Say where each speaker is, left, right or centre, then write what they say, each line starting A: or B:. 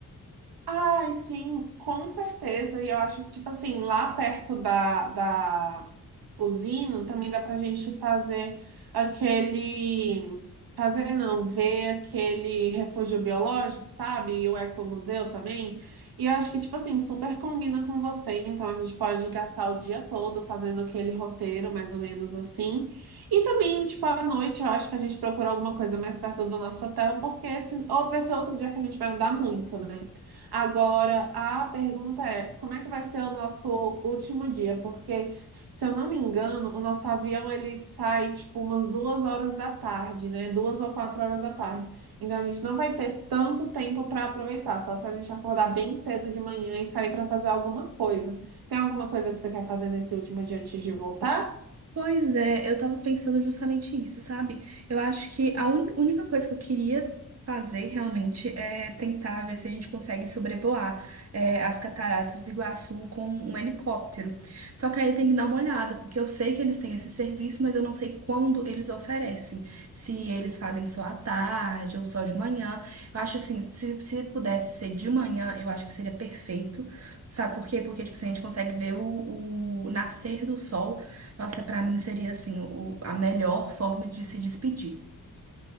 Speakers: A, on the right; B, on the right.
A: Ai, sim, com certeza. E eu acho que, tipo assim, lá perto da, da usina também dá pra gente fazer aquele. Fazer não, ver aquele refúgio biológico, sabe? E o ecomuseu também. E eu acho que, tipo assim, super combina com você. Então a gente pode gastar o dia todo fazendo aquele roteiro, mais ou menos assim. E também, tipo, à noite, eu acho que a gente procura alguma coisa mais perto do nosso hotel, porque esse, outro, esse outro dia que a gente vai andar muito, né? Agora, a pergunta é, como é que vai ser o nosso último dia? Porque, se eu não me engano, o nosso avião ele sai tipo umas duas horas da tarde, né? Duas ou quatro horas da tarde. Então a gente não vai ter tanto tempo para aproveitar, só se a gente acordar bem cedo de manhã e sair para fazer alguma coisa. Tem alguma coisa que você quer fazer nesse último dia antes de voltar?
B: Pois é, eu tava pensando justamente isso, sabe? Eu acho que a uni- única coisa que eu queria fazer realmente é tentar ver se a gente consegue sobrevoar é, as cataratas do Iguaçu com um helicóptero. Só que aí tem que dar uma olhada, porque eu sei que eles têm esse serviço, mas eu não sei quando eles oferecem. Se eles fazem só à tarde ou só de manhã. Eu acho assim, se, se pudesse ser de manhã, eu acho que seria perfeito. Sabe por quê? Porque, tipo, assim, a gente consegue ver o o nascer do sol. Nossa, pra mim seria assim, o, a melhor forma de se despedir.